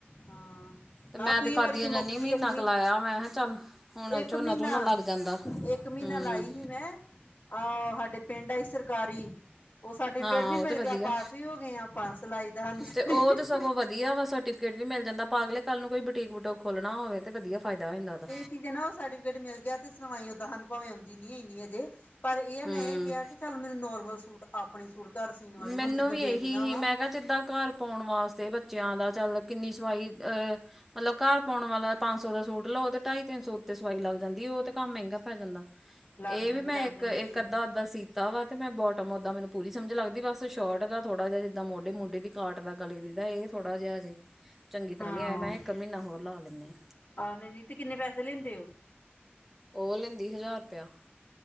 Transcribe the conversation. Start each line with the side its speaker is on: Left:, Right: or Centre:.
Left: ਹਾਂ
Centre: ਤੇ
Left: ਨਾ
Centre: ਮੈਂ
Left: ਫਰੀ
Centre: ਤੇ ਖਾਦੀਆਂ
Left: ਵਾਲੀ
Centre: ਜਾਦੀ
Left: ਮੁੱਕ
Centre: ਨਹੀਂ
Left: ਗਈ
Centre: ਮਹੀਨਾ
Left: ਇੱਕ
Centre: ਕਲਾਾਇਆ ਮੈਂ ਚੱਲ ਹੁਣ
Left: ਇੱਕ
Centre: ਝੋਨਾ
Left: ਮਹੀਨਾ
Centre: ਝੋਨਾ ਲੱਗ ਜਾਂਦਾ
Left: ਇੱਕ ਮਹੀਨਾ
Centre: ਹਮ
Left: ਲਾਈ ਸੀ ਮੈਂ ਅਹ ਸਾਡੇ ਪਿੰਡ ਆਈ ਸਰਕਾਰੀ ਉਹ ਸਰਟੀਫਿਕੇਟ
Centre: ਹਾਂ
Left: ਵੀ ਮਿਲ
Centre: ਉਹ ਤੇ ਵਧੀਆ
Left: ਗਿਆ ਪਾਸ ਵੀ ਹੋ ਗਈਆਂ ਪਾਸ ਲਾਈ ਦਾ ਸਾਨੂੰ ਸਰਫਿਕੇਟ
Centre: ਤੇ ਉਹ ਤੇ ਸਗੋਂ ਵਧੀਆ ਵਾ ਸਰਟੀਫਿਕੇਟ ਵੀ ਮਿਲ ਜਾਂਦਾ ਪਾਗਲੇ ਕੱਲ ਨੂੰ ਕੋਈ ਬਟੀਕ ਵਟੂਕ ਖੋਲ੍ਹਣਾ ਹੋਵੇ ਤੇ ਵਧੀਆ ਫਾਇਦਾ ਹੋ ਜਾਂਦਾ ਉਹਦਾ
Left: ਜ ਨਾ ਉਹ ਸਰਟੀਫਿਕੇਟ ਮਿਲ ਗਿਆ ਤੇ ਸਣਵਾਈ ਓਦਾਂ ਸਾਨ ਭਾਵੇਂ ਆਉਂਦੀ ਨੀਈ ਨੀ ਅਜੇ ਪਰ ਇਹ ਹੈ ਮੈਂ
Centre: ਹੂੰ
Left: ਇਹ ਕਿਹਾ ਕਿ ਚੱਲ ਮੈਨੂੰ ਨੋਰਮਲ ਸੂਟ ਆਪਣੇ ਸੂਟ ਘਰ ਸੀਣ ਵਾਲੇ
Centre: ਮੈਨੂੰ
Left: ਹੁਣ ਜਿੱਦਾਂ
Centre: ਵੀ ਇਹੀ
Left: ਬੇਟੀਆਂ
Centre: ਹੀ
Left: ਵਾ
Centre: ਮੈਂ ਕਿਹਾ ਜਿੱਦਾਂ ਘਰ ਪਾਉਣ ਵਾਸਤੇ ਬੱਚਿਆਂ ਦਾ ਚੱਲ ਕਿੰਨੀ ਸਵਾਈ ਅਹ ਮਤਲਬ ਘਰ ਪਾਉਣ ਵਾਲਾ ਪੰਜ ਸੌ ਦਾ ਸੂਟ ਲਓ ਤੇ ਢਾਈ ਤਿੰਨ ਸੌ ਉੱਤੇ ਸਵਾਈ ਲੱਗ ਜਾਂਦੀ ਉਹ ਤੇ ਕੰਮ ਮਹਿੰਗਾ ਪੈ ਜਾਂਦਾ
Left: ਲੱਗ
Centre: ਇਹ
Left: ਜਾਂਦੀ
Centre: ਵੀ ਮੈਂ
Left: ਲੱਗ
Centre: ਇੱਕ
Left: ਜਾਂਦੀ ਸਹੀ
Centre: ਇੱਕ ਅੱਧਾ
Left: ਆ
Centre: ਅੱਧਾ ਸੀਤਾ ਵਾ ਤੇ ਮੈਂ ਬਹੁਤ ਆ ੱਦ ਮੈਨੂੰ ਪੂਰੀ ਸਮਝ ਲੱਗਦੀ ਬਸ ਸ਼ੋਰਟ ਦਾ ਥੋੜਾ ਜਿ ਜਿੱਦਾਂ ਮੋਢੇ ਮੰਡੇ ਦੀ ਕਾਰਟ ਦਾ ਗਲੇ ਦੀ ਦਾ ਇਹ ਥੋੜਾ ਜਿਹਾ ਹਜੇ ਚੰਗੀ ਤਰ੍ਹਾਂ
Left: ਹਾਂ
Centre: ਨਹੀਂੀ ਆਇਆ ਮੈਂ ਇੱਕ ਮਹੀਨਾ ਹੋਰ ਲਾ ਲੈਂਦੇ ਹਾਂ
Left: ਆਹ ਨਹੀਂ ਨਹੀਂ ਤੇ ਕਿੰਨੇ ਪੈਸੇ ਲੈਂਦੇ
Centre: ਉਹ ਲੈਂਦੀ ਹਜ਼ਾਰ ਰੁਪਇਆ